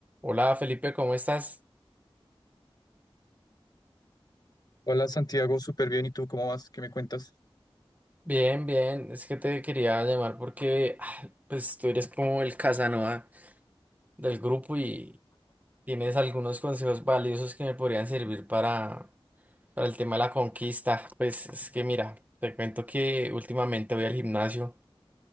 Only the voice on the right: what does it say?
Hola Felipe, ¿cómo estás?
Bien, bien. Es que te quería llamar porque ah, pues tú eres como el Casanova del grupo y tienes algunos consejos valiosos que me podrían servir para, para el tema de la conquista. Pues es que mira, te cuento que últimamente voy al gimnasio